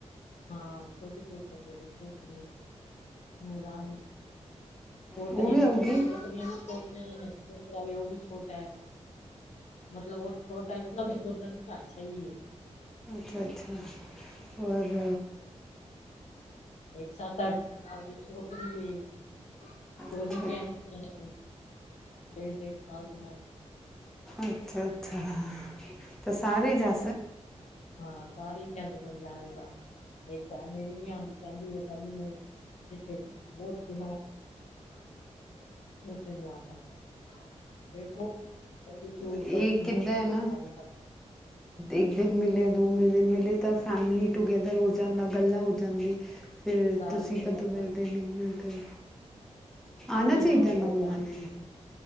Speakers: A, on the left; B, in the centre.
A: ਹਾਂ ਛੋਟੇ ਛੋਟੀਆਂ ਪੋਤਰੀਆਂ ਨੂੰਹ ਰਾਣੀ ਪੋਤਰੀਆਂ
B: ਉਹ ਵੀ ਆਉਗੀ
A: ਪੋਤਰੀਆਂ ਵੀ ਛੋਟੀਆਂ ਹਨ ਪੋਤਰਾ ਵੀ ਉਹ ਵੀ ਛੋਟਾ ਹੈ। ਮਤਲਬ ਉਹ ਛੋਟਾ ਇਤਨਾ ਵੀ ਛੋਰਾ ਨ ਅੱਛਾ ਈ ਐ
B: ਅੱਛਾ-ਅੱਛਾ ਹੋਰ
A: ਇੱਕ ਸਤ ਅੱਠ ਸਾਲ ਦੀ ਪੋਤਰੀ ਏ ਦੋ
B: ਅੱਛਾ
A: ਨੀਕੀਆਂ ਨਿੱਕੀਆਂ ਡੇਢ ਡੇਢ ਸਾਲ ਦੀਆਂ
B: ਅੱਛਾ-ਅੱਛਾ ਤੇ ਸਾਰੇ ਜਾ
A: ਹਾਂ ਸਾਰੇ ਚੱਲ ਪਾਓ ਜਾਣਾ ਤਾਂ ਇਹ <unintelligible> ਆਉਂਦੀ ਕਹਿੰਦੀ ਉਹ ਕਹਿੰਦੀ ਮੈਂ ਜਿੱਥੇ ਬਹੁਤ <unintelligible> ਕਿ ਉੱਥੇ ਮੈਂ ਆਸਾਂ। <unintelligible>
B: ਇਹ ਕਿੱਦਾਂ ਹੈ ਨਾ ਇੱਕ ਦਿਨ ਮਿਲੇ ਦੋ ਦਿਨ ਮਿਲੇ ਤਾਂ ਫੈਮਲੀ ਟੂਗੇੈਦਰ ਹੋ ਜਾਂਦਾ ਗੱਲਾਂ ਹੋ ਜਾਂਦੀ। ਫਿਰ
A: ਸਾਰੇ
B: ਤੁਸੀਂ
A: ਨਹੀਂ
B: ਕਦੋਂ
A: ਕਰਦਾ
B: ਮਿਲਦੇ ਨਹੀਂ ਮਿਲਦੇ। ਆਣਾ
A: ਉਹੀ
B: ਚਾਹੀਦਾ
A: ਉਹ
B: ਨਾ
A: ਕਦੀ
B: ਉਹਨਾਂ
A: ਆ
B: ਨੇ।